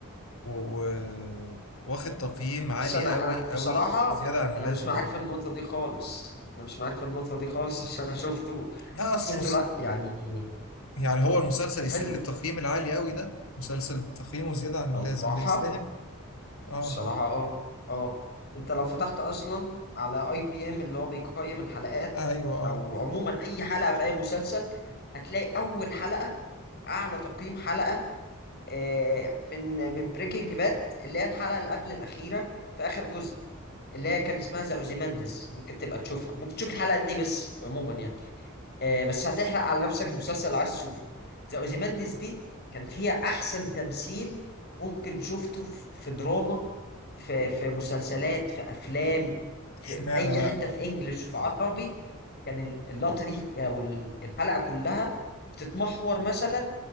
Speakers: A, on the left; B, on the left.
A: و- و- واخد تقييم عالي
B: بص انا
A: قوي
B: انا بصراحه
A: قوي زيادة عن
B: انا
A: اللازم
B: مش معاك
A: برضو
B: في النقطه دي خالص انا مش معاك في النقطه دي خالص عشان أنا شفته
A: لا اصله
B: حسيته
A: مس...
B: لا يعني
A: يعني هو المسلسل يستاهل
B: حلو
A: التقييم العالي قوي ده مسلسل تقييمه زيادة عن
B: بصراحه
A: اللازم ده يستاهل اه
B: بصراحه اه اه انت لو فتحت اصلا على اي بي ام اللي هو بيقيم الحلقات
A: ايوه اه
B: او عموما اي حلقه في اي مسلسل هتلاقي اول حلقه اعلى تقييم حلقه آه، من من بريكنج باد اللي هي الحلقه اللي قبل الاخيره في اخر جزء اللي هي كان اسمها ذا اوزيمانديز ممكن تبقى تشوفها ممكن تشوف الحلقه دي بس عموما يعني آه، بس هتحرق على نفسك المسلسل لو عايز تشوفه ذا اوزيمانديز دي كان فيها احسن تمثيل ممكن شفته في في دراما في في مسلسلات في افلام في
A: اشمعنى
B: اي
A: بقى
B: حته في انجلش في عربي كان ال- اللقطه دي او ال- الحلقه كلها بتتمحور مثلا